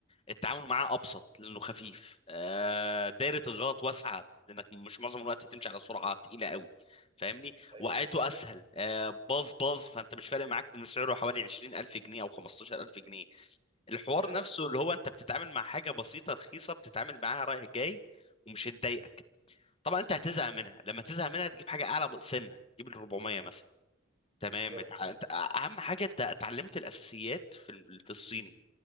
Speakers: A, on the left; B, on the right.
A: التعامل معاه ابسط لانه خفيف آه، دايره الغلط واسعه لانك مش معظم الوقت تمشي على سرعه تقيله قوي فاهمني
B: ايوه
A: وقعته اسهل آه، باظ باظ فانت مش فارق معاك لان سعره حوالي 20000 جنيه او 15000 جنيه الحوار
B: ايوه
A: نفسه اللي هو انت بتتعامل مع حاجه بسيطه رخيصه بتتعامل معاها رايح جاي ومش هتضايقك طبعا انت هتزهق منها
B: مم.
A: لما تزهق منها تجيب حاجه اعلى سنه تجيب ال 400 مثلا تمام
B: بالظبط
A: اتع-
B: اه
A: انت اهم حاجه انت اتعلمت الاساسيات في ال- في الصيني
B: مم.